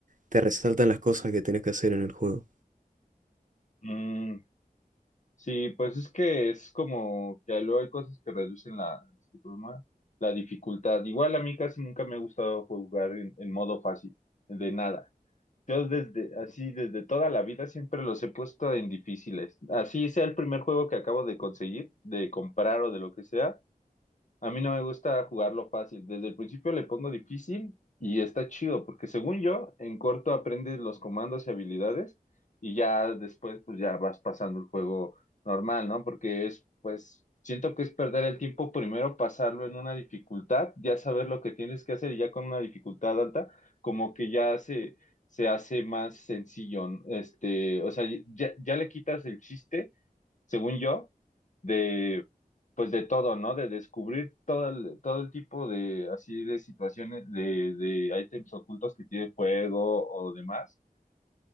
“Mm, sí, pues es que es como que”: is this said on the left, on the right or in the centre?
Left